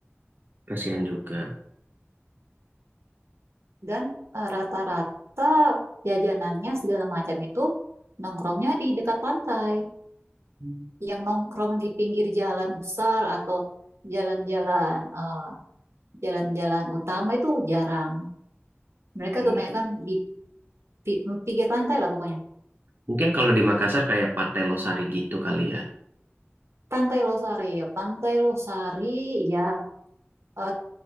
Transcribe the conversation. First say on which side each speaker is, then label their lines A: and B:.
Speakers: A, on the right (about 50°); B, on the right (about 85°).
A: kasihan juga.
B: dan eh, rata-rata jajanannya segala macam itu nongkrongnya di dekat pantai
A: Hmm.
B: yang nongkrong di pinggir jalan besar atau jalan-jalan eh, jalan-jalan utama itu jarang mereka
A: Iya.
B: kebanyakan di pi- pinggir pantai lah pokoknya
A: Mungkin kalau di Makassar kayak Pantai Losari gitu kali ya.
B: Pantai Losari ya Pantai Losari ya eh,